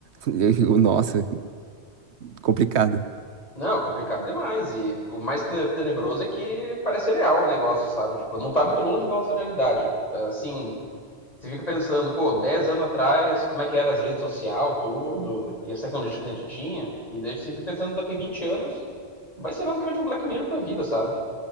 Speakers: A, on the right (about 75°); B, on the left (about 35°).
A: <laughs> Nossa, complicado.
B: Não, complicado demais. E o mais tene- tenebroso é que parece real o negócio, sabe? Tipo, não tá muito longe da nossa realidade. Assim, você fica pensando, pô, 10 anos atrás, como é que era as redes sociais, tudo, e as tecnologias que a gente tinha, e daí você fica pensando daqui 20 anos, vai ser basicamente um Black Mirror da vida, sabe?